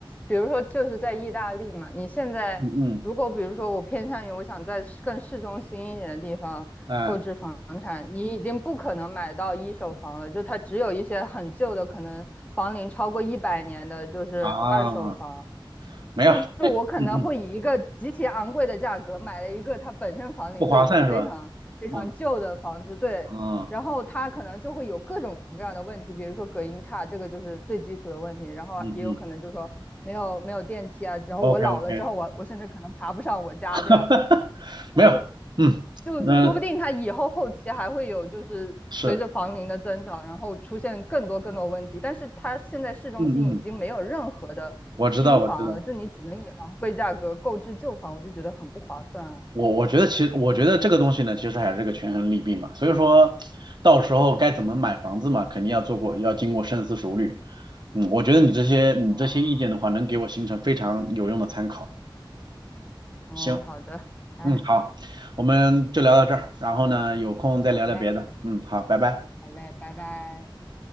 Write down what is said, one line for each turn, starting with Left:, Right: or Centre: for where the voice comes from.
Left: 比如说就是在意大利嘛，你现在如果比如说我偏向于我想在市更市中心一点的地方购置房产，
Right: 嗯嗯，嗯，哎
Left: 你已经不可能买到一手房了，就它只有一些很旧的，可能房龄超过一百年的，就是二手房。
Right: 啊，没有，
Left: 就是我可能会以一个极其昂贵的价格买了一个它本身房龄就已经非常非常旧的房子，
Right: 嗯嗯，不划算是吧？嗯
Left: 对，
Right: 啊，
Left: 然后它可能就会有各种各样的问题，比如说隔音差，这个就是最基础的问题，然后也有可能就是说没有没有电梯啊，
Right: 嗯嗯
Left: 然后我老了之后我我甚至可能爬不上我家这样，
Right: ，OK OK，<laughs> 没有，
Left: 就
Right: 嗯，
Left: 就说不定它以后后期还会有，
Right: 那、
Left: 就是随着房龄的增长，
Right: 是，
Left: 然后出现更多更多问题。但是它现在市中心已经没有任何的新房了，
Right: 嗯嗯，我知道我知道。
Left: 就你只能以昂贵价格购置旧房，我就觉得很不划算啊。
Right: 我我觉得其实我觉得这个东西呢，其实还是个权衡利弊嘛。所以说，到时候该怎么买房子嘛，肯定要做过，要经过深思熟虑。嗯，我觉得你这些你这些意见的话，
Left: 嗯，
Right: 能给我形成非常有用的参考。
Left: 哦，
Right: 行，
Left: 好的，哎，
Right: 嗯，好，我们就聊到这儿，然后呢，有空再聊聊别的。
Left: 好嘞，
Right: 嗯，好，拜拜。
Left: 好嘞，拜拜。